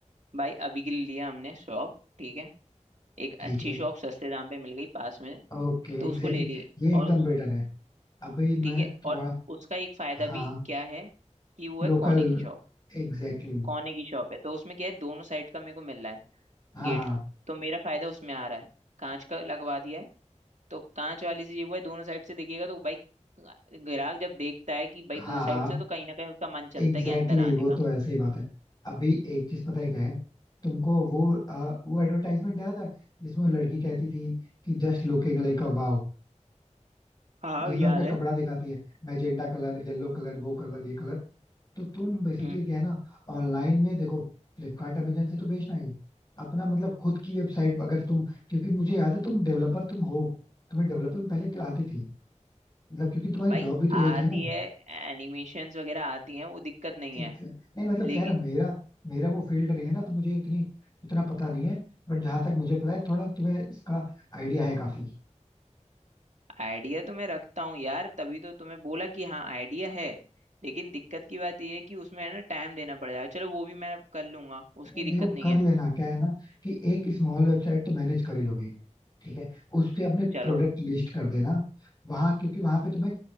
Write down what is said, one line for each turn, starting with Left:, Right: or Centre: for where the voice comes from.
Right: भाई अभी के लिए लिया हमने शॉप ठीक है एक
Left: ठीक
Right: अच्छी
Left: है
Right: शॉप सस्ते दाम पे मिल गई पास में
Left: Okay
Right: तो
Left: exactly
Right: उसको ले
Left: exactly.
Right: ली
Left: ये एकदम
Right: और उस
Left: बेटर है अभी
Right: ठीक
Left: मैं
Right: है
Left: थोड़ा
Right: और उसका एक फायदा
Left: हाँ
Right: भी क्या है कि वो है
Left: लोकल
Right: कोने की शॉप
Left: Exactly exactly.
Right: कोने की शॉप है तो उसमें क्या है दोनों साइड का मेरे को मिल रहा है
Left: हाँ
Right: गेट
Left: हाँ
Right: तो मेरा फायदा उसमें आ रहा है कांच का लगवा दिया है तो कांच वाली से ये हुआ है दोनों साइड से देखिएगा तो भाई ग्राहक जब देखता है कि भाई दो
Left: हाँ
Right: साइड
Left: हाँ
Right: से तो कहीं ना कहीं उसका मन चलता
Left: एग्जैक्टली
Right: है कि अंदर
Left: exactly,
Right: आने
Left: वो
Right: का
Left: तो ऐसे ही बात है अभी एक चीज पता है क्या है तुमको वो आ, वो एडवर्टाइजमेंट याद है जिसमें वो लड़की कहती थी कि just looking like a wow
Right: हाँ
Left: जिसमें
Right: याद
Left: अपना
Right: है
Left: कपड़ा दिखाती है मैजेंटा कलर येलो कलर वो कलर ये कलर तो तुम बेसिकली
Right: हम्म
Left: क्या है ना ऑनलाइन में देखो फ्लिपकार्ट अमेजन से तो बेचना ही अपना मतलब खुद की वेबसाइट अगर तुम क्योंकि मुझे याद है तुम डेवलपर तुम हो तुम्हें डेवलपिंग पहले तो आती थी मतलब क्योंकि तुम्हारी
Right: भाई
Left: जॉब भी तो यही
Right: आती
Left: थी ना
Right: है एनिमेशंस वगैरह आती हैं वो दिक्कत नहीं
Left: exact-
Right: है
Left: नहीं मतलब
Right: लेकिन
Left: क्या है ना मेरा मेरा वो फील्ड नहीं है ना तो मुझे उतनी उतना पता नहीं है बट जहां तक मुझे पता है थोड़ा तुम्हें इसका आइडिया है काफी
Right: आइडिया तो मैं रखता हूँ यार तभी तो तुम्हें बोला कि हाँ आइडिया है लेकिन दिक्कत की बात ये है कि उसमें है ना टाइम देना पड़ जाएगा चलो वो भी मैं कर लूंगा उसकी
Left: नहीं
Right: दिक्कत
Left: देखो
Right: नहीं
Left: कर
Right: है
Left: लेना क्या है ना कि एक स्मॉल वेबसाइट तो मैनेज कर ही लोगे ठीक है उस पे अपने
Right: चलो
Left: प्रोडक्ट लिस्ट कर देना वहां क्योंकि वहां पे तुम्हें